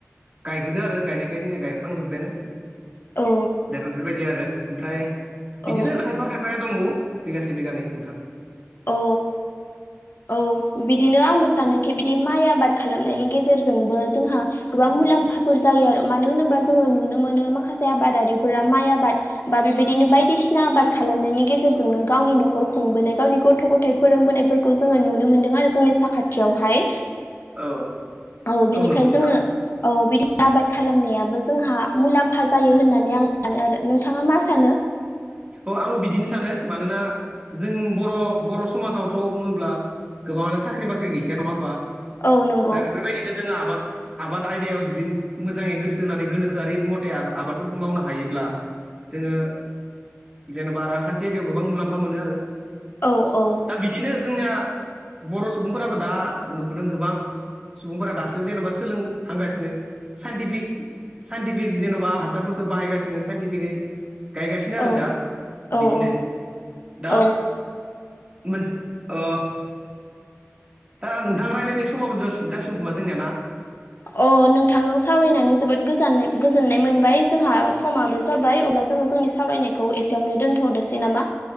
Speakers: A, on the right; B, on the left.
A: गायग्रोदो आरो गायनायखाय जोंनिया गायखांजोब्बायानो ।
B: औ
A: दा बेफोरबायदि आरो ओमफ्राय
B: औ
A: बिदिनो खायफा खायफाया दंबावो बिगासे बिगानै नोंथां ।
B: औ औ बिदि बेनो आंबो सानोखि बिदि माइ आबाद खालामनायनि गेजेरजोंबो जोंहा गोबां मुलाम्फाफोर जायो आरो मानो होनोबा जोङो नुनो मोनो माखासे आबादारिफोरा माइ आबाद बा बिदिनो बायदिसिना आबाद खालामनायनि गेजेरजोंनो गावनि न'खर खुंबोनाय गावनि गथ' गथ थाय फोरोंबोनायफोरखौ जोङो नुनो मोनदों आरो जोंनि साखाथियावहाय
A: औ
B: औ बिनिखाय
A: नंगौ नोंथां
B: जोंनो औ बिदि आबाद खालामनायाबो जोंहा मुलाम्फा जायो होननानै आं सानो आरो नोंथाङा मा सानो?
A: औ आंबो बिदिनो सानो मानोना जों बर' बर' समाजावथ' बुङोब्ला गोबाङानो साख्रि बाख्रि गैखाया नङा होमबा
B: औ नंगौ
A: दा बेफोरबायदिनो जोङो आबाद आबाद आयदायाव जुदि मोजाङै गोसो होनानै गोनोखोआरि मथे आबादफोरखौ मावनो हायोब्ला जोङो जेनेबा रांखान्थि आयदायाव गोबां मुलाम्फा मोनो आरो
B: औ औ
A: दा बिदिनो जोंनिया बर' सुबुंफोराबो दा नुबोदों गोबां सुबुंफोरा दासो जेन'बा सोलोंहांगासिनो साइनटिफिक साइन्टिफिक जेन'बा हासारफोरखौ बाहायगासिनो साइनटिफिकै गायगासिनो आरो
B: औ
A: दा
B: औ
A: बिदिनो
B: औ
A: दा
B: औ
A: मोनसे ओ दा नोंथां रायलायनाय समाबो जास जासिगोन खोमा जोंनिया ना?
B: अ नोंथांजों सावरायनानै जोबोद गोजाननाय गोजोननाय मोनबाय जोंहा समाबो जाबाय अब्ला जोङो जोंनि सावरायनायखौ एसेयावनो दोन्थ'दोसै नामा?